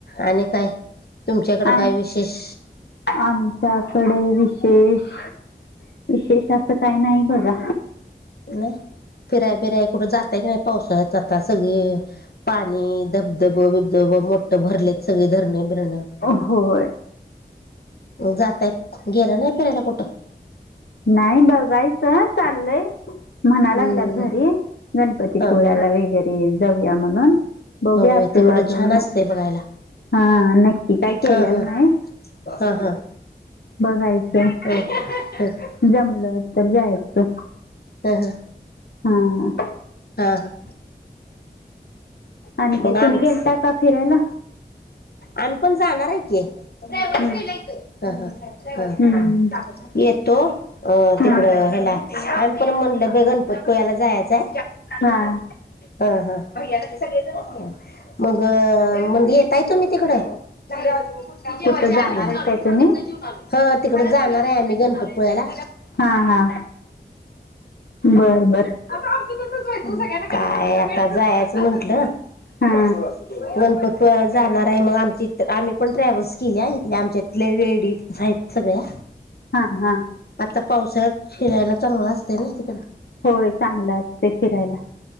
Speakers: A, on the left; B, on the left.
A: आणि काय तुमच्याकड
B: आ
A: काय विशेष
B: आमच्याकडे विशेष विशेष असं काही नाही बघा
A: नाही फिराय बिराय कुठं जाताय की नाही पावसाळ्यात आता सगळी पाणी धबधब बिबधब मोठं भरलेत सगळे धरणें बिरणं
B: अ हो.
A: जाताय, गेला नाही फिरायला कुठं?
B: नाही बघायचं चालय. म्हणा लागलात
A: हम्म
B: घरी, गणपतीपुळ्याला
A: हा
B: वगैरे जाऊया म्हणून. बघूया
A: होय
B: तं
A: तिकडं
B: अजून
A: छान
B: म,
A: असते बघायला
B: हा नक्की काय केलेलं
A: हा हा
B: नाही.
A: हा, हा.
B: बघायचं.
A: <unintelligible>
B: जमलं तर जायचं.
A: हा हा.
B: हा.
A: हां हां.
B: आणि काय
A: मग आमच,
B: तुम्ही गेलता का फिरायला
A: आम्ही पण जाणार आहे की. ट्रॅव्हल्स
B: हम्म.
A: केल्या की, हा हा, हा,
B: हम्म.
A: येतो. अं
B: हम्म
A: तिकड हेला आम्ही पण म्हणलं की गणपतीपुळ्याला जायचंय.
B: हा
A: हा, हा. <unintelligible> मग म्हनजी येताय तुम्ही तिकड. <unintelligible>
B: कुठं जाणार आहे काय तुम्ही
A: हा तिकड जाणार आहे आम्ही गणपतपुळ्याला.
B: हा हा बर, बर.
A: <unintelligible> काय आता जायचं म्हंटलं. ते
B: हा
A: असंच असतं, गणपत <unintelligible> जाणार आहे मग आमची इ आम्ही पण ट्रॅव्हल्स केली इथल्या आमच्या इथल्या लेडीज आहेत सगळ्या.
B: हां हां.
A: आता पावसाळात फिरायला चांगलं असते ना तिकड.
B: होय चांगलं असतय फिरायला.